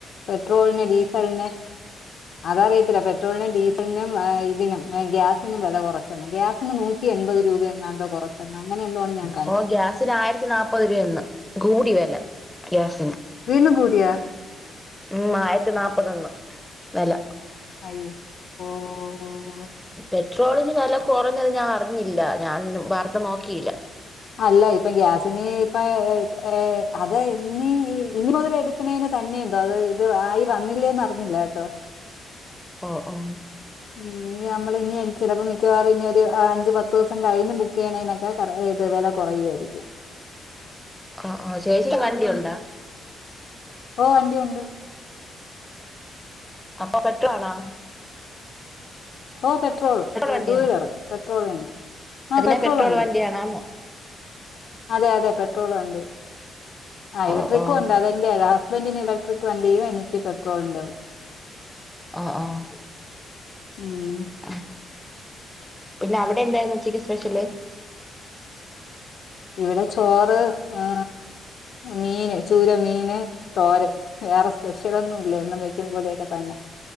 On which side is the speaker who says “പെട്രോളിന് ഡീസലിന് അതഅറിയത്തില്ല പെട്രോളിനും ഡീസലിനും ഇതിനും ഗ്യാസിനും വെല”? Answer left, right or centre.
Left